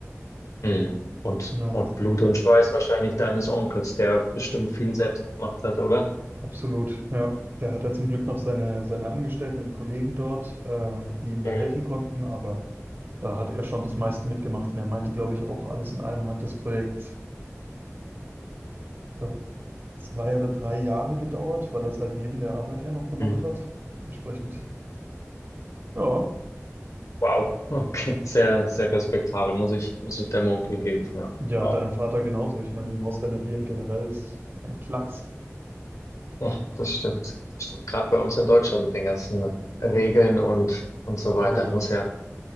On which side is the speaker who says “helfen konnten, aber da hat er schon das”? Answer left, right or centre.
Right